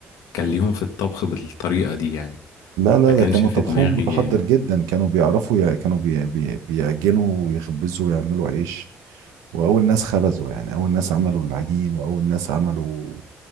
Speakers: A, on the left (about 75°); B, on the right (about 80°).
A: كان ليهم في الطبخ بالطريقة دي يعني
B: لا لا
A: ما كانش
B: ده كانوا
A: في
B: طبخهم
A: دماغي
B: متحضر جدا كانوا بيعرفوا يع- كانوا بي بي بيعجنوا ويخبزوا ويعملوا عيش وأول ناس خبزوا يعني أول ناس عملوا العجين وأول ناس عملوا